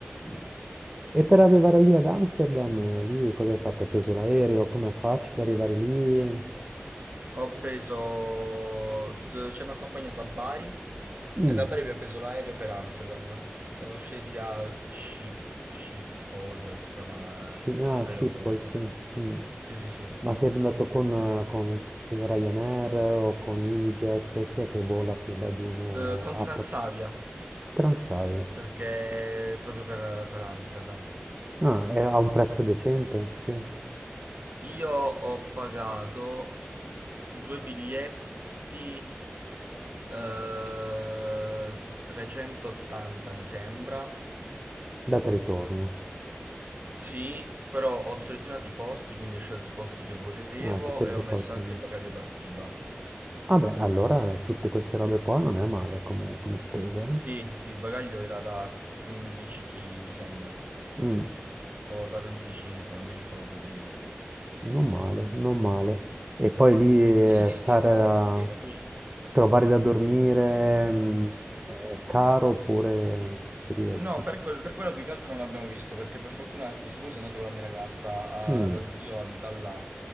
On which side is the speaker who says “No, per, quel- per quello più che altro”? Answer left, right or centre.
Right